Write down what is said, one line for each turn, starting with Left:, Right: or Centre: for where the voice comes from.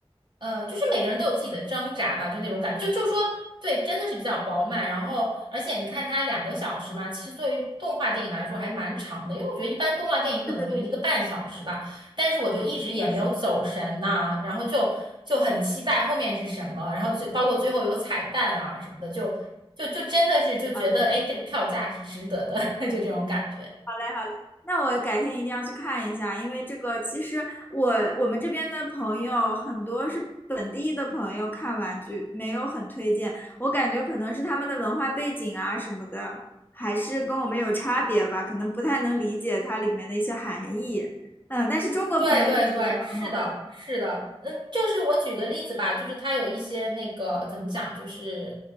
Right: 呃，就是每个人都有自己的挣扎吧，就那种感觉，就就说对，真的是比较饱满。然后，而且你看它两个小时嘛，其实对于动画电影来说还蛮长的，因为我觉得一般动画电影可能就一个半小时吧，
Left: 是的，
Right: 但是我就一直也没有走神呐、
Left: 是的，是的，
Right: 然后就就很期待后面是什么，然后最包括最后有彩蛋啊什么的，就就就真的是就觉得哎，
Left: 好
Right: 这个票价是值得的，<laughs> 就这种感觉。
Left: 嘞，好嘞，那我改天一定要去看一下，因为这个其实我我们这边的朋友很多是本地的朋友看完具，没有很推荐，我感觉可能是他们的文化背景啊什么的，还是跟我们有差别吧，可能不太能理解它里面的一些含义，嗯，但是中国朋友确实都说很，
Right: 对对对，是的，是的，嗯，就是我举个例子吧，就是它有一些那个怎么讲，就是